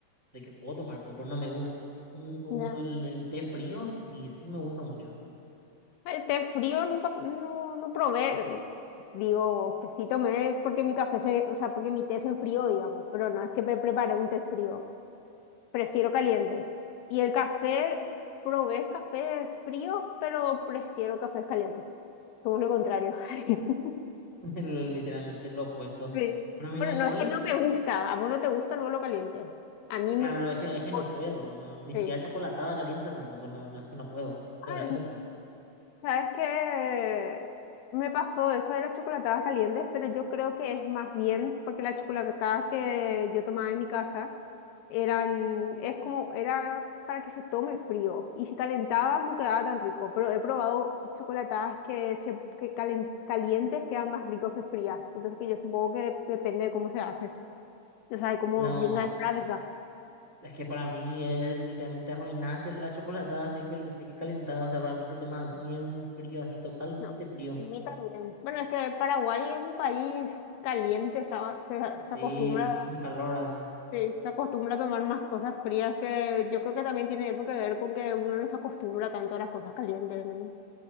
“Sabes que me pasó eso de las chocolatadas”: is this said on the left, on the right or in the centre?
Left